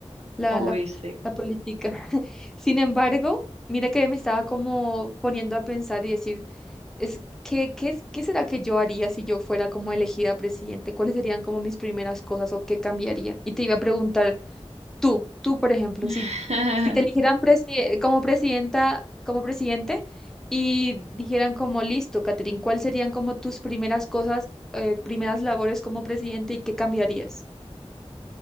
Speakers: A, in the centre; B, on the right (about 80°).
A: la,
B: ¿Cómo
A: la,
B: viste?
A: la política. <laughs> Sin embargo, mira que me estaba como poniendo a pensar y decir, es, ¿qué, qué, es- qué será que yo haría si yo fuera como elegida presidente? ¿Cuáles serían como mis primeras cosas o qué cambiaría? Y te iba a preguntar. Tú, tú, por ejemplo, si,
B: <laughs>
A: si te eligieran presi- eh, como presidenta, como presidente y dijeran como listo, Catherine, ¿cuáles serían como tus primeras cosas, eh, primeras labores como presidente y qué cambiarías?